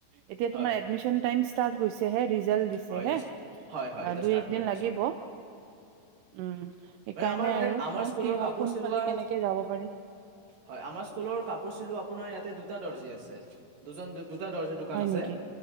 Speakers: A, on the right; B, on the right.
A: এতিয়া
B: হয়
A: তোমাৰ এডমিশ্যন টাইমছ ষ্টাৰ্ট হৈছেহে ৰিজাল্ট দিছে
B: হয়
A: হে
B: এতিয়া হয় হয়
A: অ
B: এতিয়া
A: দুই
B: ষ্টাৰ্ট
A: এক
B: হ'ব
A: দিন
B: এডমিশ্যন
A: লাগিব উম সেইকাৰণে
B: এ আমাৰ মানে
A: আৰু
B: আমাৰ
A: চাও
B: স্কুলৰ
A: কি হয়
B: কাপোৰ
A: কোনফালে
B: চিলোৱা
A: কেনেকে যাব পাৰি
B: হয় আমাৰ স্কুলৰ কাপোৰ চিলোৱা আপোনাৰ ইয়াতে দুটা দৰ্জী আছে দুজন দ দুটা দৰ্জাৰ দোকান
A: হয়
B: আছে,
A: নেকি